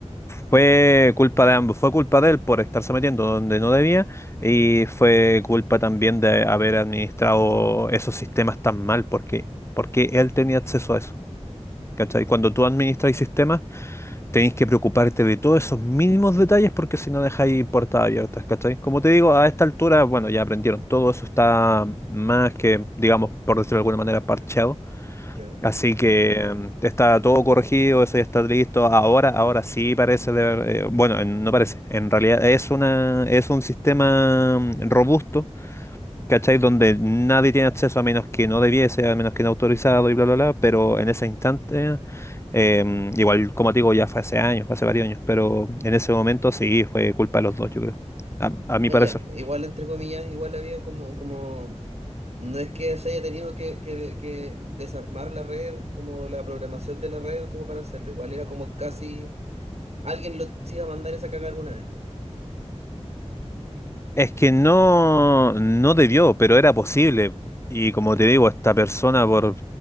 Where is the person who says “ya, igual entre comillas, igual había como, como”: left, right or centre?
Right